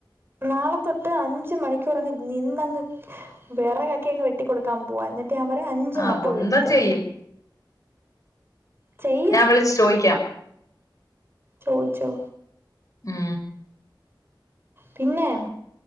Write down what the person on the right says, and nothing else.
നാളെ തൊട്ട് അഞ്ച് മണിക്കൂർ അങ്ങ് നിന്നങ്ങ് വെറക് യൊക്കെ അങ്ങ് വെട്ടിക്കൊടുക്കാൻ പോവാ എന്നിട്ട് ഞാൻ പറയും അഞ്ച്
മൊട്ട
പുഴുങ്ങി തരാൻ
ചെയ്യും
ചോയിച്ചോ
പിന്നെ